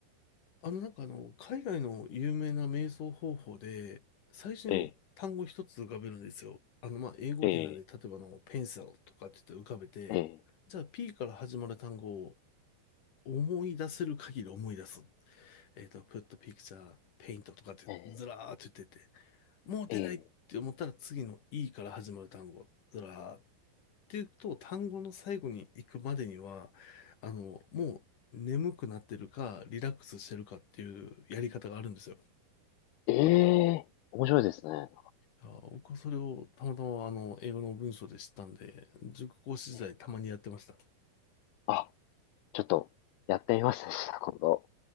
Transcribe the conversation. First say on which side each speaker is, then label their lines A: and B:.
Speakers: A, on the left; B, on the left.
A: あの、なんかあの、海外の有名な瞑想方法で、最初に単語一つ浮かべるんですよ。
B: ええ、
A: あの、まあ、英語圏なんで、
B: ええ、
A: 例えばあの、ペンサルとかって言って浮かべて、
B: ええ、
A: じゃあ P から始まる単語を思い出せる限り思い出す。えっと、put picture, paint とかってずらーって言ってて、
B: ええ、
A: もう出ないって思ったら次の
B: え
A: E から始まる単語、ずらーっていうと、単語の最後に行くまでには、あの、もう眠くなってるか、リラックスしてるかっていうやり方があるんですよ。
B: え、ええ面白いですね。
A: いやー僕はそれをたまたまあの、英語の文章で知ったんで、塾講師時代たまにやってました。
B: ええあ、ちょっと、やってみますねした、<laughs> 今度。